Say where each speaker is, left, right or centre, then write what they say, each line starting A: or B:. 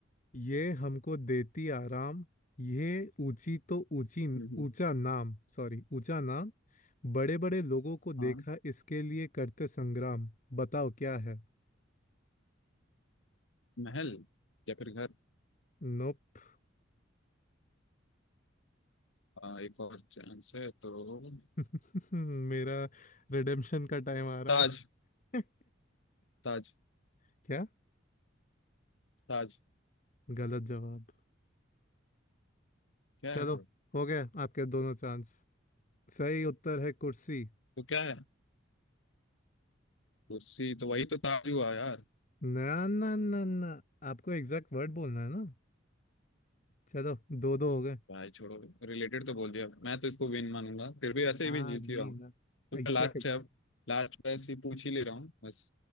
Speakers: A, on the left (about 40°); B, on the left (about 90°).
A: ये हमको देती आराम यह ऊंची तो ऊंची
B: हम्म, हम्म,
A: ऊंचा नाम सॉरी ऊंचा नाम बड़े बड़े लोगों को देखा
B: हाँ
A: इसके लिए करते संग्राम बताओ क्या है
B: महल या फिर घर
A: नोप
B: हाँ, एक और चांस है तो
A: <laughs> मेरा रिडेम्पशन का टाइम आ
B: ताज
A: रहा है
B: ताज
A: <laughs> क्या
B: ताज
A: गलत जवाब
B: क्या
A: चलो
B: है तो
A: हो गया आपके दोनों चांस सही उत्तर है कुर्सी
B: तो क्या है कुर्सी तो वही तो ताज हुआ यार
A: ना ना ना ना आपको एग्जैक्ट वर्ड बोलना है ना चलो दो दो हो गए
B: भाई छोड़ो रिलेटेड तो बोल दिया मैं तो इसको विन मानूंगा फिर भी वैसे
A: हाँ
B: ही भी जीत
A: जी
B: ही रहा हूँ
A: ना
B: तो
A: ऐसे
B: लास्ट
A: कैसे
B: है अब लास्ट बस ही पूछ ही ले रहा हूँ बस